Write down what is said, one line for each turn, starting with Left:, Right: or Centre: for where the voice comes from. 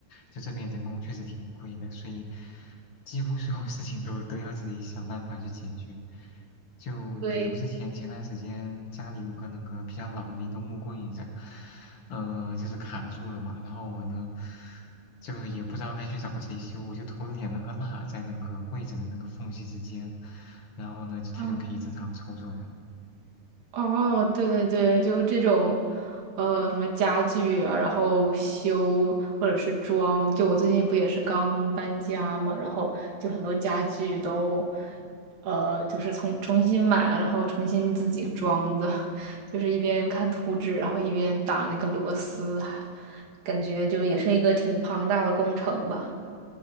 Left: 就这边人工确实挺贵的，所以几乎所有事情都都要自己想办法去解决。就比如之前前段时间家里有个那个比较老的一个木柜子，
Right: 对，
Left: 呃，就是卡住了嘛，然后我呢就也不知道该去找谁修，我就涂了点那个蜡在那个柜子的那个缝隙之间，然后呢它就可以正常抽出来了。
Right: 嗯。哦，对对对，就这种，呃，什么家具啊，然后修或者是装，就我最近不也是刚搬家嘛，然后就很多家具都，呃，就是重重新买了，然后重新自己装的，<laughs> 就是一边看图纸，然后一边打那个螺丝，感觉就也是一个挺庞大的工程吧。